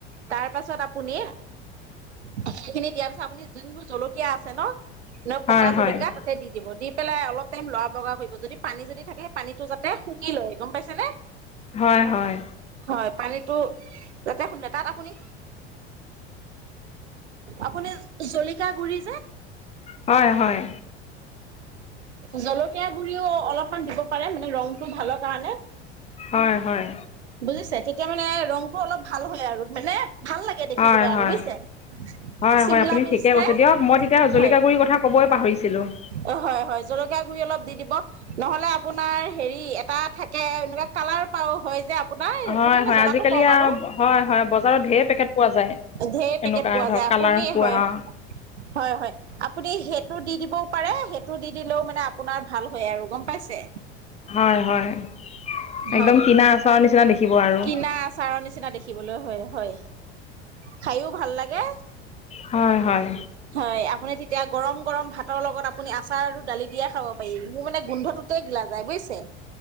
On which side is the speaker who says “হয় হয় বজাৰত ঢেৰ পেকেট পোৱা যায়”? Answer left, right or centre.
Left